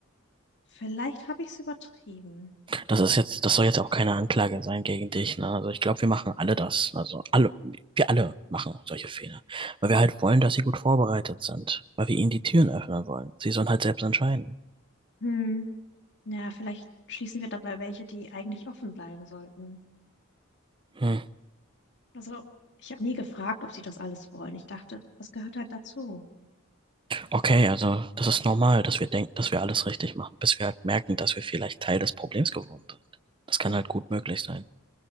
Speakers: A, on the left; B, on the right.
A: Vielleicht habe ich es übertrieben.
B: Das ist jetzt, das soll jetzt auch keine Anklage sein gegen dich, ne? Also ich glaube, wir machen alle das. Also alle, wir alle machen solche Fehler. Weil wir halt wollen, dass sie gut vorbereitet sind. Weil wir ihnen die Türen öffnen wollen. Sie sollen halt selbst entscheiden.
A: Hm. Naja, vielleicht schließen wir dabei welche, die eigentlich offen bleiben sollten.
B: Hm.
A: Also ich habe nie gefragt, ob sie das alles wollen. Ich dachte, das gehört halt dazu.
B: Okay, also das ist normal, dass wir denken, dass wir alles richtig machen, bis wir halt merken, dass wir vielleicht Teil des Problems geworden sind. Das kann halt gut möglich sein.